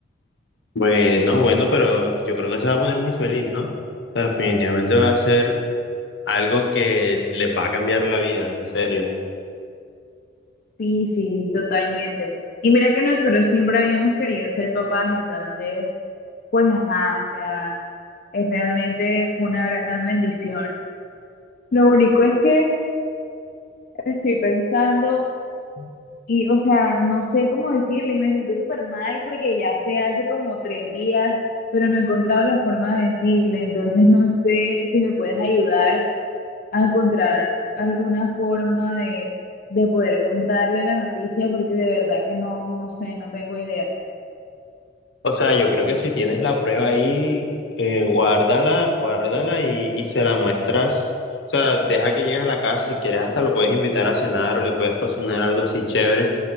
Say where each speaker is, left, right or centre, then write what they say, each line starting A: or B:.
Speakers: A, on the left; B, on the left.
A: Bueno, bueno, pero yo creo que se va a poner muy feliz, ¿no? O sea, definitivamente va a ser algo que les va a cambiar la vida, en serio.
B: Sí, sí, totalmente. Y mira que nosotros siempre habíamos querido ser papás, entonces, pues ajá, o sea, es realmente una gran bendición. Lo único es que estoy pensando y, o sea, no sé cómo decirle y me siento súper mal porque ya se hace como tres días, pero no he encontrado la forma de decirle, entonces no sé si me puedes ayudar a encontrar alguna forma de, de poder contarle la noticia porque de verdad que no, no sé, no tengo ideas.
A: O sea, yo creo que si tienes la prueba ahí, eh, guárdala, guárdala y, y se la muestras. O sea, deja que llegues a la casa, si quieres hasta lo puedes invitar a cenar o le puedes cocinar algo así chévere.